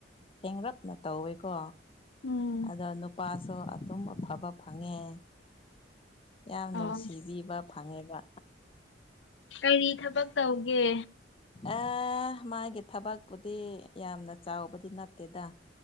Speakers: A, on the left (about 30°); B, on the left (about 80°).
A: ꯊꯦꯡꯡꯂꯞꯅ ꯇꯧꯋꯦꯀꯣ
B: ꯎꯝ
A: ꯑꯗꯣ ꯅꯨꯄꯥꯁꯨ ꯑꯗꯨꯝ ꯑꯐꯕ ꯐꯪꯉꯦ ꯌꯥꯝ ꯅꯨꯡꯁꯤꯕꯤꯕ
B: ꯑꯣ
A: ꯐꯪꯉꯦꯕ
B: ꯀꯔꯤ ꯊꯕꯛ ꯇꯧꯒꯦ
A: ꯑ ꯃꯥꯒꯤ ꯊꯕꯛꯄꯨꯗꯤ ꯌꯥꯝꯅ ꯆꯥꯎꯕꯗꯤ ꯅꯠꯇꯦꯗ